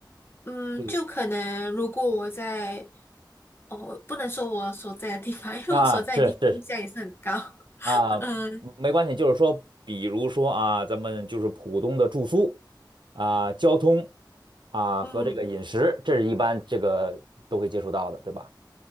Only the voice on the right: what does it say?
就是
啊，是是
啊，
没关系，就是说，比如说啊，咱们就是普通的住宿啊、交通啊和这个饮食，
这是一般这个都会接触到的，对吧？